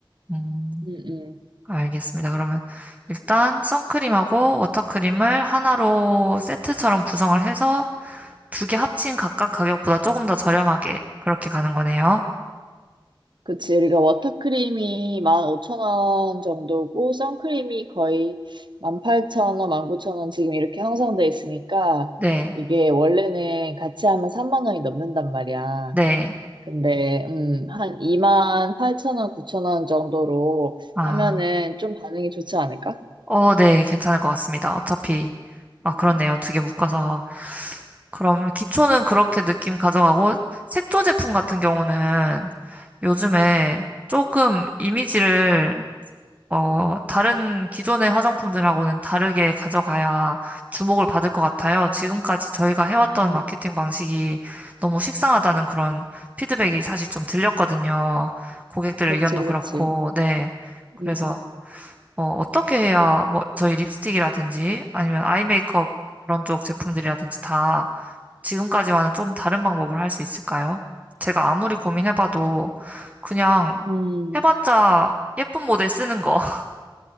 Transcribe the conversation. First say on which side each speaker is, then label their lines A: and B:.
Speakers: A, on the right; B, on the right.
A: 음,
B: 음, 음.
A: 알겠습니다. 그러면 일단 선크림하고 워터크림을 하나로 세트처럼 구성을 해서 두 개 합친 각각 가격보다 조금 더 저렴하게 그렇게 가는 거네요.
B: 그치. 우리가 워터크림이 15,000원 정도고, 선크림이 거의 18,000원, 19,000원 지금 이렇게 형성돼 있으니까,
A: 네,
B: 이게 원래는 같이 하면 3만 원이 넘는단 말이야.
A: 네.
B: 근데 음, 한 2만 팔천 원, 9천 원 정도로
A: 아,
B: 하면은 좀 반응이 좋지 않을까?
A: 어, 네. 괜찮을 것 같습니다. 어차피, 아,
B: 음,
A: 그렇네요. 두 개 묶어서. 그럼 기초는 그렇게 느낌 가져가고 색조 제품 같은 경우는 요즘에 조금 이미지를 어, 다른 기존의 화장품들하고는 다르게 가져가야 주목을 받을 것 같아요. 지금까지 저희가 해왔던
B: 음,
A: 마케팅 방식이 너무 식상하다는 그런 피드백이 사실 좀 들렸거든요. 고객들
B: 그치,
A: 의견도
B: 그치.
A: 그렇고, 네. 그래서
B: 음, 음,
A: 어, 어떻게 해야 뭐 저희 립스틱이라든지 아니면 아이 메이크업 그런 쪽 제품들이라든지 다 지금까지와는 좀 다른 방법을 할 수 있을까요? 제가 아무리 고민해봐도 그냥
B: 음,
A: 해봤자 예쁜 모델 쓰는 거, <laughs>